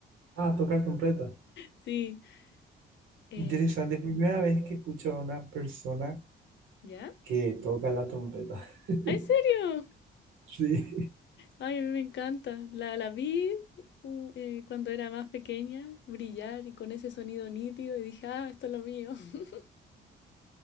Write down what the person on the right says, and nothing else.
Ah, tocar trompeta.
Interesante, primera vez que escucho a una persona
que toca la trompeta. <laughs>
Sí,